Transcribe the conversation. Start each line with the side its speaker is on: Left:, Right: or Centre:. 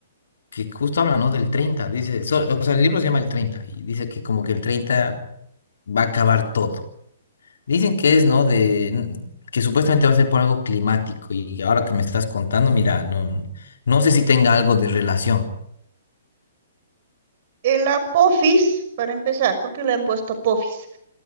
Left: que justo habla, ¿no? Del 30 dice, so- o sea, el libro se llama El 30 y dice que como que el 30 va a acabar todo. Dicen que es, ¿no? De que supuestamente va a ser por algo climático y ahora que me estás contando, mira, no, no sé si tenga algo de relación.
Right: El Apophis, para empezar, ¿por qué le han puesto Apophis?